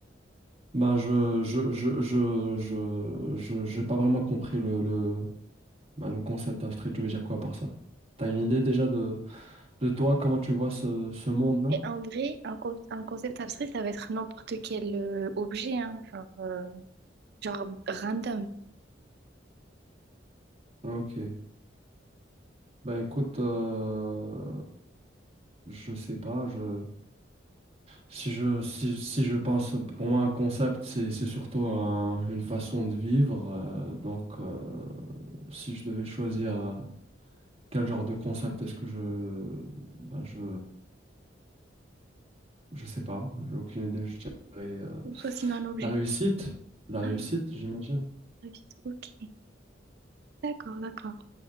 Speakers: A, on the right (about 35°); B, on the right (about 60°).
A: Ben je je je je je je- j'ai pas vraiment compris le le ben, le concept abstrait. Tu veux dire quoi par ça? T'as une idée déjà de de toi comment tu vois ce ce monde-là?
B: Et en vrai, un, con- un concept abstrait, ça va être n'importe quel euh, objet, hein, genre, euh, genre random,
A: Ok. Bah écoute, euh, je sais pas, je si je si, si je pense pour moi un concept c'est c'est surtout un- une façon de vivre euh, donc euh, si je devais choisir euh, quel genre de concept est-ce que je bah, je je sais pas, j'ai aucune idée, je dirais euh,
B: Ou Soit sinon un objet.
A: la réussite, la
B: Ah,
A: réussite, j'imagine.
B: très vite, ok. D'accord, d'accord.